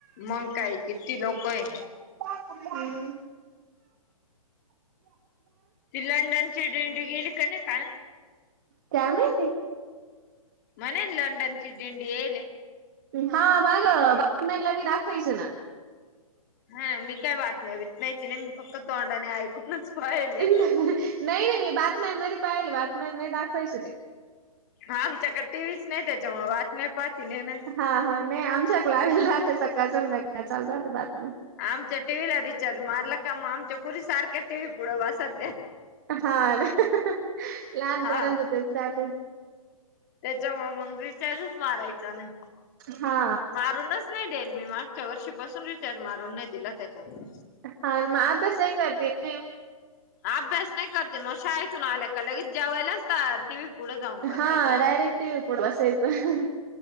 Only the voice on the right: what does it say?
हम्म.
काय माहिती?
हां माग बातम्यांना बी दाखवायचं ना.
नाही नाही बातम्यांमध्ये पाहिली बातम्यांमध्ये दाखवायचे ते.
हा हा नाही आमच्या <unintelligible> सकाळ संध्याकाळ चालू राहत बातम्या.
हां ना, लहान
पोरांचं तेच राहते.
हा
हा आणि मग अभ्यासाई करते ते
हां डायरेक्ट टीव्ही पुढे बसायचं.